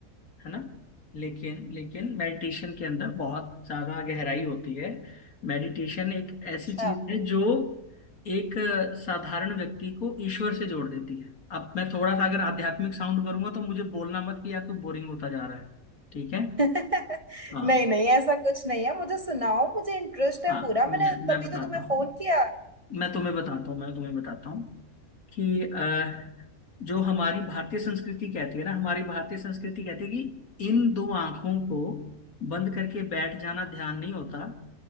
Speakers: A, on the left; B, on the right.
A: है ना लेकिन लेकिन मेडिटेशन के अंदर बहुत ज्यादा गहराई होती है मेडिटेशन एक ऐसी
B: अच्छा
A: चीज है जो एक अ, साधारण व्यक्ति को ईश्वर से जोड़ देती है अब मैं थोड़ा सा अगर आध्यात्मिक साउंड करूंगा तो मुझे बोलना मत कि यार तू बोरिंग होता जा रहा है ठीक है
B: <laughs>
A: हाँ
B: नहीं नहीं ऐसा कुछ नहीं है मुझे सुनाओ मुझे इंटरेस्ट है
A: हाँ
B: पूरा
A: मैं,
B: मैंने
A: मैं
B: तभी
A: बताता
B: तो तुम्हें
A: हूँ
B: फोन किया
A: मैं तुम्हें बताता हूँ मैं तुम्हें बताता हूँ कि अ, जो हमारी भारतीय संस्कृति कहती है ना हमारी भारतीय संस्कृति कहती है कि इन दो आंखों को बंद करके बैठ जाना ध्यान नहीं होता